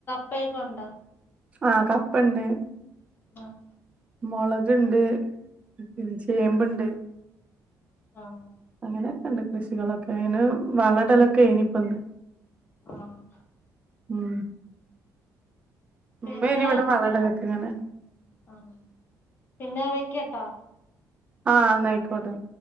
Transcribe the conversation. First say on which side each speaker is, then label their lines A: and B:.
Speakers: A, on the left (about 30°); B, on the right (about 15°).
A: കപ്പയൊക്കെ ഉണ്ടോ
B: ആഹ് കപ്പണ്ട്
A: ഉം
B: മുളക്ണ്ട് പിന്നെ ചേമ്പ്ണ്ട്
A: ആഹ്
B: അങ്ങനെയൊക്കെ ഇണ്ട് കൃഷികളൊക്കെ അയിന് വളടലൊക്കെ ഏയ്നിപ്പന്ന്
A: ആഹ്
B: ഉം മുമ്പേനി
A: പിന്നെ
B: ഇവടെ വളടലോ ക്ക്ങ്ങനെ
A: ആഹ് പിന്നെ വെക്കാട്ടൊ
B: ആഹ് ന്നായികൊട്ടെ